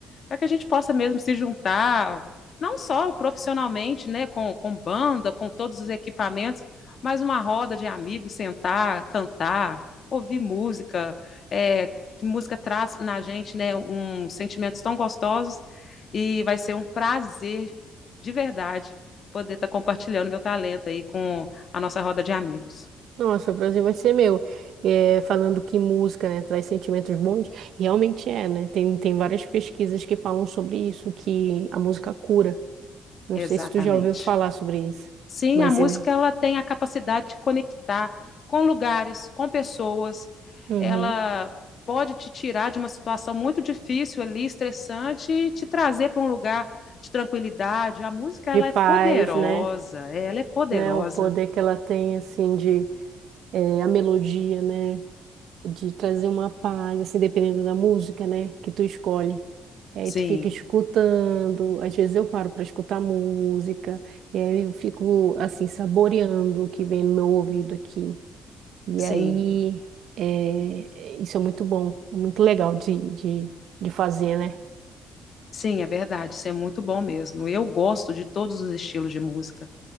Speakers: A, on the left (about 50°); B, on the right (about 75°).
A: para que a gente possa mesmo se juntar, não só profissionalmente, né, com, com banda, com todos os equipamentos, mas uma roda de amigos, sentar, cantar, ouvir música, é, que música traz na gente, né, um sentimentos tão gostosos e vai ser um prazer de verdade poder estar tá compartilhando meu talento aí com a nossa roda de amigos.
B: Nossa, o Brasil vai ser meu. É, falando que música, né, traz sentimentos bons, realmente é, né? Tem, tem várias pesquisas que falam sobre isso, que a música cura. Não
A: Exatamente.
B: sei se tu já ouviu falar sobre isso,
A: Sim,
B: mas
A: a música
B: eu.
A: ela tem a capacidade de conectar com lugares, com pessoas.
B: Uhum.
A: Ela pode te tirar de uma situação muito difícil ali, estressante, e te trazer para um lugar de tranquilidade. A música ela
B: de paz,
A: é poderosa,
B: né?
A: ela é poderosa.
B: Né? O poder que ela tem, assim, de eh, a melodia, né? De trazer uma paz, assim, dependendo da música, né? Que tu escolhe. Aí
A: Sim,
B: tu fica escutando, às vezes eu paro para escutar música, e aí eu fico, assim, saboreando o que vem no meu ouvido aqui. E
A: sim,
B: aí, eh, isso é muito bom, é muito legal de, de, de fazer, né?
A: sim, é verdade. Isso é muito bom mesmo. Eu gosto de todos os estilos de música.